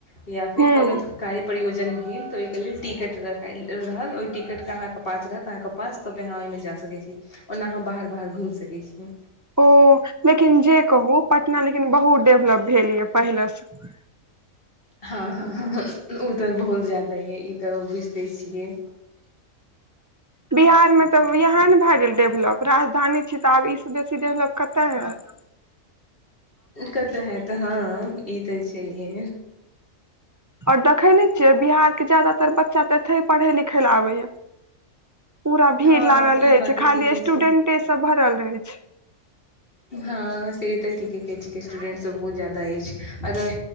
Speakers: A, on the left; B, on the right.
A: या फिर
B: हूँ
A: कोनो कार्य प्रयोजन भेल तऽ ओहिके लेल टिकट रख रहल ओहिटिकटके अहाँके पास रहत अहाँके पास तबे अहाँ ओहिमे जा सकैत छी ओना अहाँ बाहराह घम छी घूमि सकै छियै
B: ओ लेकिन जे कहू पटना लेकिन बहुत डेभलप भेल यए पहिलेसँ <inaudible>
A: हँ हँ ओ तऽ बहुत ज्यादा यै ई तऽ छियै
B: बिहारमे तब यहाँ ने भए गेल डेभलप राजधानी छी तऽ आब ईस बेसी डेभलप कत' होएत
A: कतऽ हयत हँ ई तऽ छैहे
B: आओर देखै ने छियै बिहार के जादातर बच्चा तऽ छै पढ़ै लिखै लए आबै य पूरा भीड़
A: हँ
B: लागल
A: ई
B: रहै
A: बात
B: छै
A: तऽ
B: खाली
A: ठीके छै
B: स्टूडेंटे सब भरल रहै छै
A: हँ से तऽ ठीके कहैत छिकै स्टूडेंटसभ बहुत ज्यादा अछि अगर